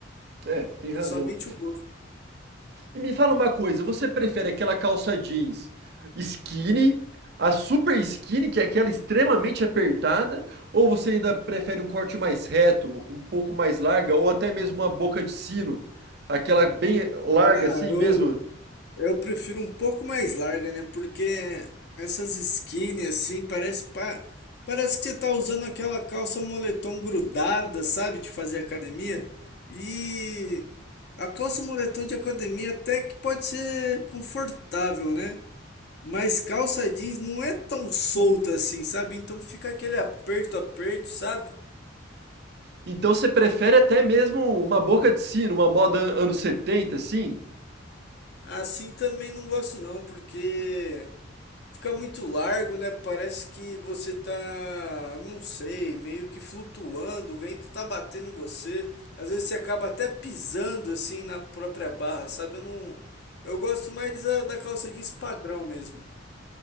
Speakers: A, on the right; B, on the left.
A: É, tem razão.
B: É somente o gosto.
A: E me fala uma coisa, você prefere aquela calça jeans skinny, a super skinny, que é aquela extremamente apertada, ou você ainda prefere um corte mais reto, um pouco mais larga, ou até mesmo uma boca de sino, aquela bem larga
B: Ah,
A: assim
B: eu
A: mesmo,
B: Eu prefiro um pouco mais larga, né? Porque essas skinny assim, parece pa... parece que você tá usando aquela calça moletom grudada, sabe? De fazer academia. E a calça moletom de academia até que pode ser confortável, né? Mas calça jeans não é tão solta assim, sabe? Então fica aquele aperto, aperto, sabe?
A: Então você prefere até mesmo uma boca de sino, uma moda an- anos 70, assim?
B: Assim também não gosto não, porque Fica muito largo, né? Parece que você tá, não sei, meio que flutuando, o vento tá batendo em você. Às vezes você acaba até pisando assim na própria barra, sabe? Eu não, eu gosto mais da, da calça jeans padrão mesmo.